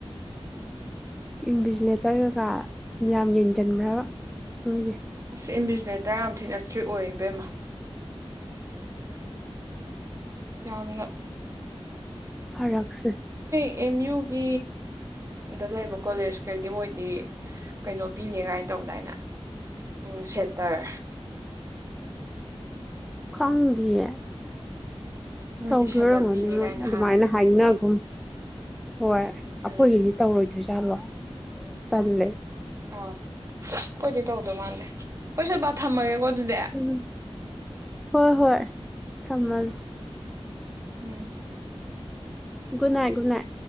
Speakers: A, in the centre; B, on the right.
A: ꯏꯚꯤꯖꯤꯂꯦꯇꯔ ꯀꯩꯀꯥ ꯌꯥꯝ ꯌꯦꯡꯁꯤꯟꯕ꯭ꯔꯕ ꯅꯣꯏꯒꯤ
B: ꯑꯁ ꯏꯟꯕꯤꯖꯤꯂꯦꯇꯔ ꯌꯥꯝ ꯊꯤꯅ ꯏꯁꯇ꯭ꯔꯤꯛ ꯑꯣꯏꯕꯦꯝꯃ ꯌꯥꯃꯟ
A: ꯐꯔꯛꯁꯦ
B: ꯑꯦꯝ ꯌꯨꯒꯤ ꯗ ꯂꯩꯕ ꯀꯣꯂꯦꯖ ꯀꯩꯗꯤ ꯃꯣꯏꯗꯤ ꯀꯩꯅꯣ ꯄꯤꯅꯤ ꯀꯥꯏꯅ ꯇꯧꯕꯗꯥꯏꯅꯦ ꯎ ꯁꯦꯟꯇꯔ
A: ꯈꯪꯗꯦꯌꯦ
B: ꯃꯣꯏꯗꯤ
A: ꯇꯧꯗꯣꯏ
B: ꯁꯦꯟꯇꯔ
A: ꯑꯣꯏꯔꯝꯒꯅꯤ
B: ꯄꯤꯅꯤ
A: ꯃꯣꯏ
B: ꯀꯥꯏꯅ
A: ꯑꯗꯨꯃꯥꯏꯅ
B: ꯍꯥꯏꯕꯅꯦ
A: ꯍꯥꯏꯅꯒꯨꯝ ꯍꯣꯏ ꯑꯩꯈꯣꯏꯒꯤꯗꯤ
B: ꯎꯝ
A: ꯇꯧꯔꯣꯏꯗꯔꯤꯖꯥꯠꯂꯣ ꯇꯂꯦ
B: ꯑꯥ ꯀꯣꯏꯗꯤ ꯇꯧꯗꯧ ꯃꯥꯥꯟꯂꯦ ꯍꯣꯌ ꯁꯤꯜꯄꯥ ꯊꯥꯃꯒꯦꯀꯣ ꯑꯗꯨꯗꯤ ꯑꯗꯨꯗꯤ
A: ꯎꯝ ꯍꯣꯏ ꯍꯣꯏ ꯊꯝꯃꯁꯤ
B: ꯎꯝ
A: ꯒꯨꯗꯅꯥꯏ ꯒꯨꯗ ꯅꯣꯏ